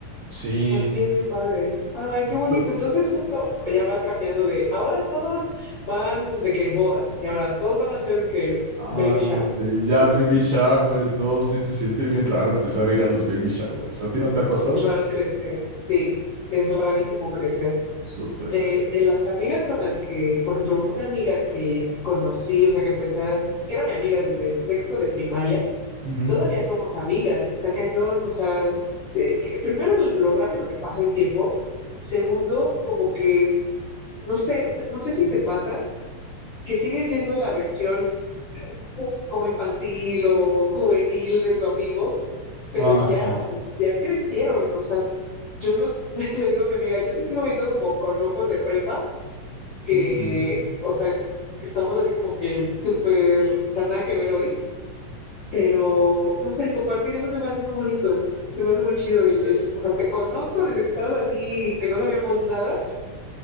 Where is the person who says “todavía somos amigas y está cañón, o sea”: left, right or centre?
Left